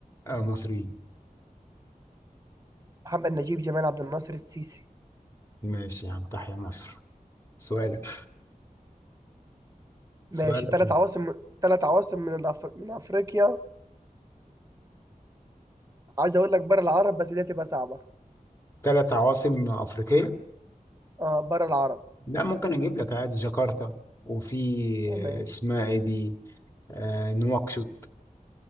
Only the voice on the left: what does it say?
آه، مصريين
ماشي يا عم تحيا مصر سؤالك سؤالك
يعني
ثلاث عواصم افريقيه
لا ممكن اجيب لك عادي جاكرتا وفي
آه، اسمها ايه دي آه، نواكشوط